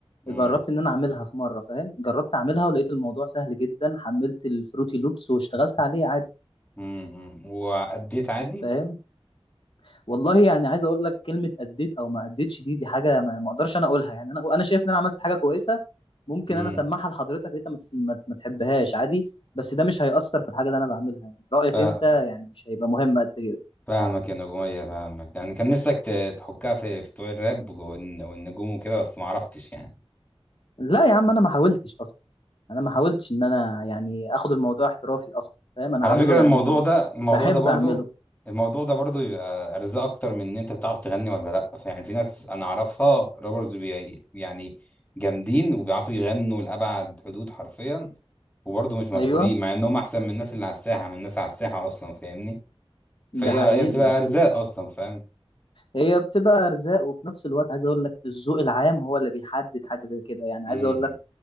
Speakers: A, on the left (about 15°); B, on the left (about 60°).
A: امم
B: جربت ان انا اعملها في مرة فاهم جربت اعملها ولقيت الموضوع سهل جدا حملت الفروتي لوبس واشتغلت عليه عادي
A: امم واديت عادي
B: فاهم والله يعني عايز اقول لك كلمه اديت او ما اديتش دي دي حاجه ما ما اقدرش انا اقولها يعني انا انا شايف ان انا عملت حاجه كويسه ممكن
A: امم
B: انا اسمعها لحضرتك انت ما تس- ما- ما تحبهاش عادي بس ده مش هيأثر في الحاجه اللي انا بعملها يعني رايك
A: فا-
B: انت يعني مش هيبقى مهم قد كده
A: فاهمك يا نجومية فاهمك يعني كان نفسك ت- تحكها في في بتوع الراب والن- والنجوم وكده بس ما عرفتش يعني
B: لا يا عم انا ما حاولتش اصلا انا ما حاولتش ان انا يعني اخد الموضوع احترافي اصلا فاهم انا
A: على
B: عامله
A: فكرة
B: يعني
A: الموضوع ده الموضوع
B: بحب
A: ده برضو
B: اعمله
A: الموضوع ده برضو يبقى ارزاق اكتر من ان انت بتعرف تغني ولا لا فيعني في ناس انا اعرفها رابرز بي- يعني جامدين وبيعرفوا يغنوا لابعد حدود حرفيا وبرضو مش مشهورين
B: ايوه
A: مع انهم احسن من الناس اللي على الساحة من الناس على الساحة اصلا فاهمني فهي
B: ده حقيقي
A: هي بتبقى
B: ده حقيقي
A: ارزاق اصلا فاهم
B: هي بتبقى ارزاق وفي نفس الوقت عايز اقول لك الذوق العام هو اللي بيحدد حاجه زي كده يعني
A: امم
B: عايز اقول لك